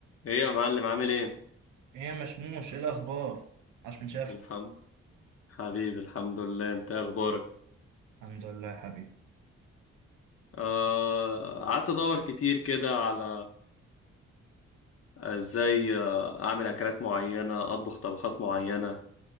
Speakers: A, on the left; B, on the right.
A: ايه يا معلم عامل ايه
B: ايه يا مشموش ايه الاخبار عاش من شافك
A: الحمد حبيبي الحمد لله انت إيه اخبارك
B: الحمد لله يا حبيبي
A: آه قعدت ادور كتير كده على ازاي آه، اعمل اكلات معينه اطبخ طبخات معينه